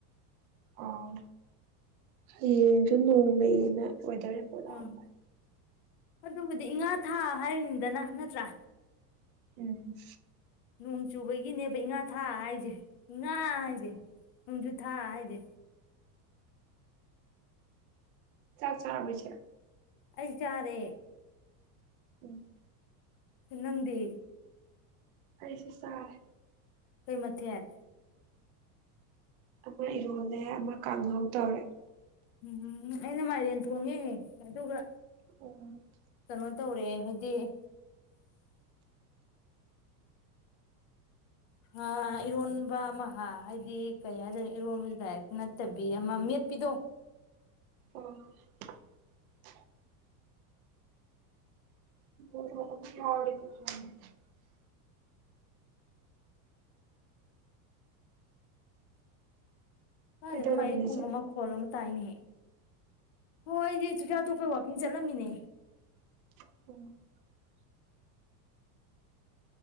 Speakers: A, on the right; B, on the left.
A: ꯑꯥ ꯍꯌꯦꯡꯁꯨ ꯅꯣꯡ ꯂꯩꯌꯦꯅ ꯋꯦꯗꯔ ꯔꯤꯄꯣꯔꯠ ꯂꯥꯛꯑꯝꯕ
B: ꯑꯥ ꯑꯗꯨꯕꯨꯗꯤ ꯏꯉꯥ ꯊꯥ ꯍꯥꯏꯔꯤꯅꯤꯗꯅ ꯅꯠꯇ꯭ꯔꯥ
A: ꯎꯝ
B: ꯅꯣꯡ ꯆꯨꯕꯒꯤꯅꯦꯕ ꯏꯥꯉꯥ ꯊꯥ ꯍꯥꯏꯁꯦ ꯏꯉꯥ ꯍꯥꯏꯁꯦ ꯅꯣꯡꯖꯨ ꯊꯥ ꯍꯥꯏꯁꯦ
A: ꯆꯥꯛ ꯆꯥꯔꯕ ꯏꯆꯦ
B: ꯑꯩ ꯆꯔꯦ
A: ꯎꯝ
B: ꯅꯪꯗꯤ
A: ꯑꯩꯁꯨ ꯆꯥꯔꯦ
B: ꯀꯩ ꯃꯊꯦꯟ
A: ꯑꯩꯈꯣꯏ ꯏꯔꯣꯜꯂꯦ ꯑꯃ ꯀꯥꯡꯍꯧ ꯇꯧꯔꯦ
B: ꯎꯝ ꯑꯩꯅ ꯃꯥꯏꯔꯦꯟ ꯊꯣꯡꯉꯦ ꯑꯗꯨꯒ
A: <inaudible>
B: ꯀꯩꯅꯣ ꯇꯧꯔꯦ ꯍꯥꯏꯗꯤ ꯑ ꯏꯔꯣꯟꯕ ꯑꯃ ꯍꯥꯏꯗꯤ ꯀꯩ ꯍꯥꯏꯗꯣꯏꯅꯣ ꯏꯔꯣꯟꯕ ꯕꯁꯨ ꯗꯥꯏꯔꯦꯛꯇꯤ ꯅꯠꯇꯕꯤ ꯑꯃ ꯃꯦꯠꯄꯤꯗꯣ
A: <inaudible> <unintelligible>
B: ꯀꯥꯏꯗꯒꯤꯅꯣ
A: ꯀꯩꯗꯧꯔꯝꯃꯤꯅꯣ
B: ꯃꯥꯥꯏꯌꯦꯞ ꯈꯣꯡꯕ
A: ꯏꯆꯦ
B: ꯃꯈꯣꯜ ꯑꯃ ꯇꯥꯏꯅꯦ ꯍꯣꯏ ꯑꯩꯗꯤ ꯆꯥꯛ ꯆꯥ ꯇꯣꯛꯄꯩ ꯋꯥꯛꯀꯤꯡ ꯆꯠꯂꯝꯃꯤꯅꯦ
A: ꯑꯣ